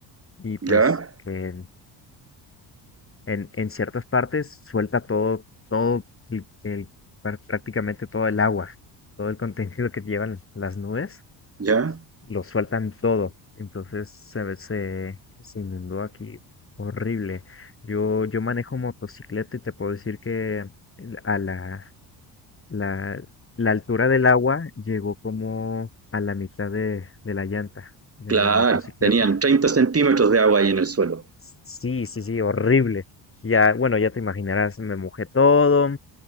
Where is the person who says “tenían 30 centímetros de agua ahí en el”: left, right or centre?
Right